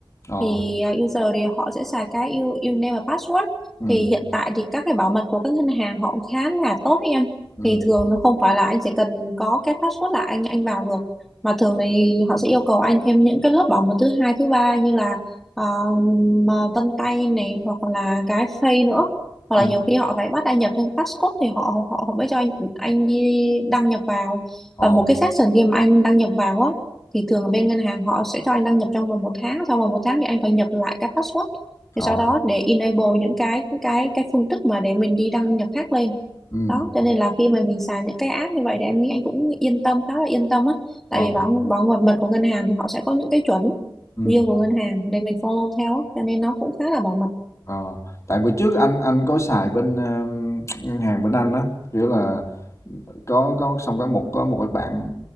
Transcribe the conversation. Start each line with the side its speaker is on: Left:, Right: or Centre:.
Left: Ờ.
Centre: thì à, user thì họ sẽ xài cái u- username và password
Left: Ừ.
Centre: thì hiện tại thì các cái bảo mật của các ngân hàng họ cũng khá là tốt đấy anh
Left: Ừ.
Centre: thì thường nó không phải là anh chỉ cần có cái password là anh anh vào được mà thường thì họ sẽ yêu cầu anh thêm những cái lớp bảo mật thứ hai thứ ba như là à, mà vân tay này hoặc là cái face nữa hoặc
Left: Ừ.
Centre: là nhiều khi họ phải bắt anh nhập thêm cái passcode thì họ họ họ mới cho anh anh đi đăng nhập vào
Left: Ờ.
Centre: và một cái section khi mà anh đăng nhập vào á thì thường ở bên ngân hàng họ sẽ cho anh đăng nhập trong vòng một tháng sau vòng một tháng thì anh phải nhập lại cái password thì
Left: Ờ.
Centre: sau đó để enable những cái cái cái phương thức mà để mình đi đăng nhập khác lên
Left: Ừ.
Centre: đó cho nên là khi mà mình xài những cái app như vậy thì em nghĩ anh cũng yên tâm khá là yên tâm á
Left: Ờ,
Centre: tại vì bảo bảo mật mật của ngân hàng thì họ sẽ có những cái chuẩn
Left: ừm,
Centre: riêng của ngân hàng để mình follow theo á. cho nên nó cũng khá là bảo mật
Left: ờ, tại bữa trước anh anh có xài bên, ờ, ngân hàng bên Anh á, kiểu là có có xong có một có một cái bạn